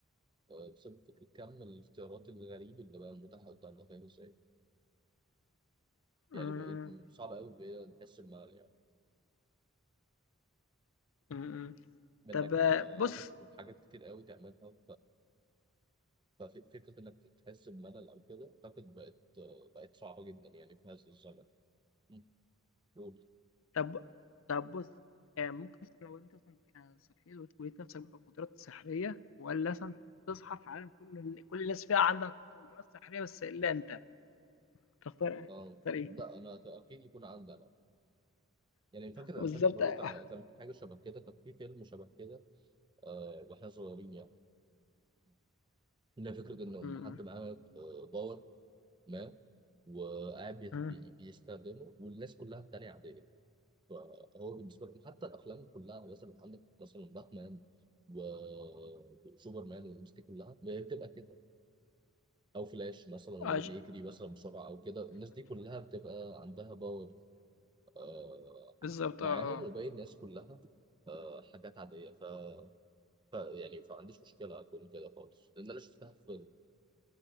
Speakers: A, on the right; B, on the left.
A: أه، بسبب فكرة كم الاختيارات الغريب اللي بقى متاحة قدامنا فاهم إزاي؟ يعني
B: إمم،
A: بقيت صعب أوي بقيت نحس بملل يعني
B: إمم، إمم.
A: بإنك
B: طب آه،
A: أه،
B: بُص
A: عندك حاجات كتير أوي تعملها ففكرة إنك تحس بملل أو كده أعتقد بقت بقت صعبة جدا يعني في هذا الزمن مم. قول.
B: طب طب بُص، آآ ممكن مثلًا لو أنت مثلًا آآ صحيت ولقيت نفسك بقدرات سحرية والّا مثلًا تصحى في عالم كل ال كل الناس فيه عندها قدرات سحرية بس إلا أنت، تختار
A: آه.
B: تختار إيه؟
A: لا أنا ت- أكيد يكون عندي أنا يعني فاكر
B: بالضبط
A: أنا فاكر برضه
B: آه.
A: كان كان في حاجة شبه كده كان في فيلم شبه كده آه وإحنا صغيرين يعني إن فكرة إن إن
B: إمم،
A: حد معاه آه، باور ما وقاعد بي-
B: إمم.
A: بي- بيستخدمه والناس كلها التانية عادية فهو بالنسبة لهم حتى الأفلام كلها يعني مثلا عندك مثلا باتمان وسوبرمان والناس دي كلها ما هي بتبقى كده او فلاش مثلا اللي
B: آه
A: هو
B: ش
A: بيجري مثلا بسرعه او كده الناس دي كلها بتبقى عندها باور آه
B: بالضبط
A: معاهم
B: آه، آه.
A: وباقي الناس كلها آه حاجات عاديه ف... ف يعني فما عنديش مشكله اكون كده خالص لان انا شفتها في فيلم